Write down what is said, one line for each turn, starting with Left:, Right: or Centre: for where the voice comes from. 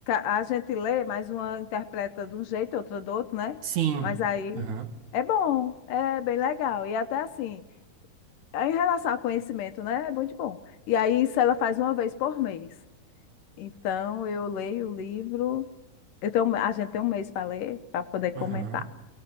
Left: a a gente lê, mas uma interpreta de um jeito, outra do outro, né?
Right: Sim.
Left: Mas aí
Right: Aham.
Left: é bom, é bem legal. E até assim, em relação ao conhecimento, né? É muito bom. E aí isso ela faz uma vez por mês. Então eu leio o livro, eu tenho, a gente tem um mês para ler, para poder comentar.
Right: Aham.